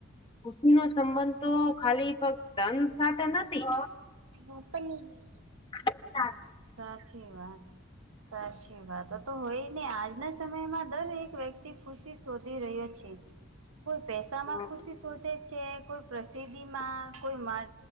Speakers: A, on the left; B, on the right.
A: ખુશી નો સંબંધ તો ખાલી ફક્ત ધન સાથે નથી.
B: ઓપન જી
A: <unintelligible>
B: સાચી વાત સાચી વાત ત તો હોય ને આજના સમયમાં દર એક વ્યક તી ખુશી શોધી રહ્યો છે, કોઈ પૈસા
A: હમ
B: માં ખુશી શોધે, છે કોઈ પ્રસિદ્ધિ માં કોઈ માર